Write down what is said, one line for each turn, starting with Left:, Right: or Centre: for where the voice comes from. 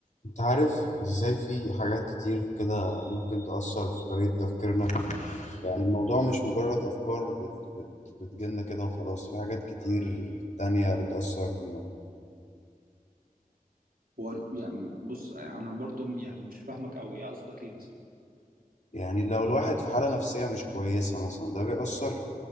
Left: انت عارف ازاي في حاجات كتير كده ممكن تأثر في طريقة تفكيرنا يعني الموضوع مش مجرد أفكار بت بت بتجيلنا كده وخلاص في حاجات كتير تانية بتأثر فينا
Right: هو يعني بص انا برضو يعني مش فاهمك قوي يا قصدك ايه مثلا
Left: يعني لو الواحد في حالة نفسية مش كويسة مثلا ده بيأثر